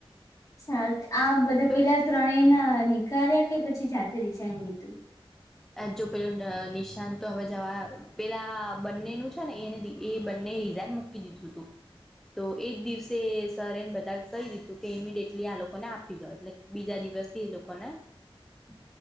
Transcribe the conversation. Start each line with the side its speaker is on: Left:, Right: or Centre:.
Left: સારું આ બધા
Centre: તો
Left: પેલા ત્રણેને નીકળ્યા કે પછી જાતે ર જા લીધું.
Centre: જો પેલું નિશાન તો હવે જવા પેલા બંનેનું છે. ને એને એ બંને રિઝઇન મક- ક દધું હતું- તો એ જ દિવસે સર એને બધા કહી દીધું કે ઇમિડિએટલી આ લોકોને આપી દો એટલે- બીજા દિવસથી એ લોકોને-
Left: <inaudible>